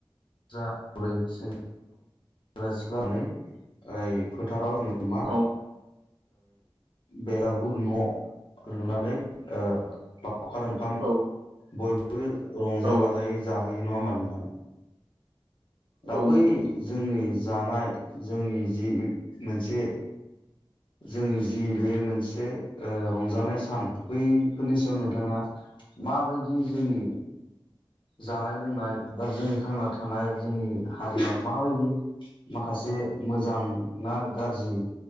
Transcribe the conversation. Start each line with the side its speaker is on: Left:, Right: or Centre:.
Left: जा फुरैसो <unintelligible> ओइ फोथाराव जोङो। मा
Right: औ।
Left: बेलागुर न' लुनानै ओ लावखार ओंखाम
Right: औ
Left: बयबो रंजा
Right: औ
Left: बाजायै जाहोयो। नङा होमबा नोंथा? दा
Right: औ
Left: बै
Right: नंगौ नंगौ
Left: जोंनि जानाय जोंनि जि मोनसे जोंनि जि बे मोनसे ओ रंजानाय सान बैफोरनि सायाव नोंथाङा माबायदि जोंनि जानाय-लोंनाय बा जोंनि थांना थानाय जोंनि हारिया माबायदि माखासे मोजां ना गाज्रि